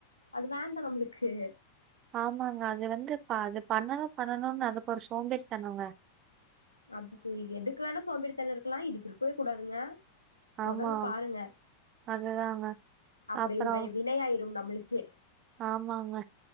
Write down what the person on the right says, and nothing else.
ஆமாங்க அது வந்து பா அது பண்ணணும் பண்ணணும்னு அதுக்கு ஒரு சோம்பேறி தானங்க
ஆமா
அதுதாங்க.
அப்புறம்
ஆமாங்க